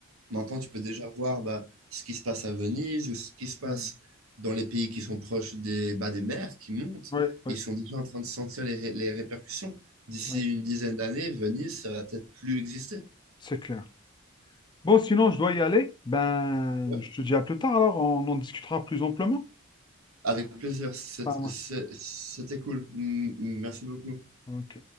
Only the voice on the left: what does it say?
ouais,
ouais, ouais,
ouais,
c'est clair. Bon, sinon, je dois y aller. Ben,
je te dis à plus tard, alors on en discutera plus amplement.
Ah, ouais.
Ok.